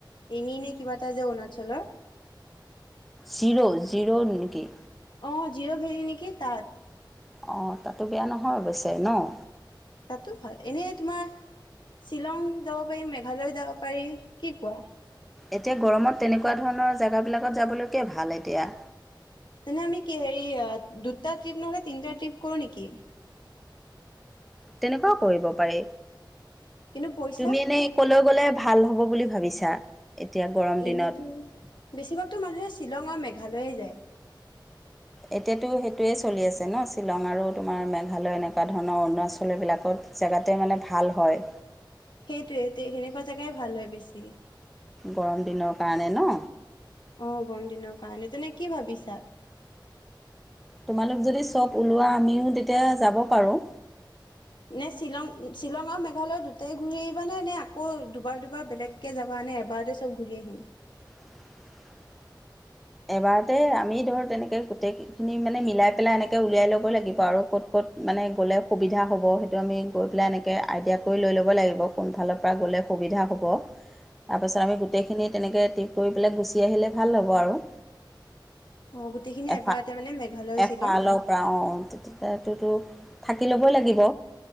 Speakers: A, on the left (about 65°); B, in the centre.
A: এনি নে কিবা এটা যে অৰুণাচলৰ?
B: জিৰ' জিৰ' নেকি?
A: অ' জিৰ' ভেলী নেকি তাত।
B: অ' তাতো বেয়া নহয় অৱশ্যে ন'?
A: তাতো ভাল, এনেই তোমাৰ শ্বিলং যাব পাৰি, মেঘালয় যাব পাৰি কি কোৱা?
B: এতিয়া গৰমত তেনেকুৱা ধৰণৰ জাগাবিলাকত যাবলৈকে ভাল এতিয়া।
A: তেনে আমি কি হেৰি অ দুটা ট্ৰিপ নহলে তিনটা ট্ৰিপ কৰো নেকি?
B: তেনেকুৱাও কৰিব পাৰি।
A: কিন্তু পইচা
B: তুমি এনেই কলৈ গ'লে ভাল হ'ব বুলি ভাবিছা? এতিয়া গৰম দিনত
A: এনেতো বেছিভাগতো মানুহে শ্বিলং আৰু মেঘালয়ে যায়।
B: এতিয়াতো সেইটোৱে চলি আছে ন শ্বিলং আৰু তোমাৰ মেঘালয় এনেকুৱা ধৰণৰ অৰুণাচল এইবিলাকত। জাগাতে মানে ভাল হয়।
A: সেইটোৱে তে - সেনেকুৱা জাগাই ভাল হয় বেছি।
B: গৰম দিনৰ কাৰণে ন?
A: অ' গৰম দিনৰ কাৰণে তেনে কি ভাবিছা?
B: তোমালোক যদি চব ওলোৱা আমিও তেতিয়া যাব পাৰোঁ।
A: নে শ্বিলং - শ্বিলং আৰু মেঘালয় দুটাই ঘূৰি আহিবা নে নে আকৌ দুবাৰ দুবাৰ বেলেগকে যাবা? মানে এবাৰতে চব ঘূৰি আহিম
B: <inaudible> এবাৰতে আমি ধৰ তেনেকে গোটেই খিনি মানে মিলাই পেলাই এনেকে উলিয়াই ল'ব লাগিব আৰু ক'ত ক'ত মানে গ'লে সুবিধা হ'ব সেইটো আমি গৈ পেলাই এনেকে আইডিয়া কৰি লৈ ল'ব লাগিব কোন ফালৰ পৰা গ'লে সুবিধা হ'ব তাৰপাছত আমি গোটেইখিনি তেনেকৈ টিপ কৰি পেলাই গুচি আহিলে ভাল হ'ব আৰু
A: অ গোটেইখিনি
B: এফা
A: এবাৰতে মানে মেঘালয়
B: এফালৰ
A: শ্বিলং
B: পৰা অ তেতিয়া টো থাকি ল'বই লাগিব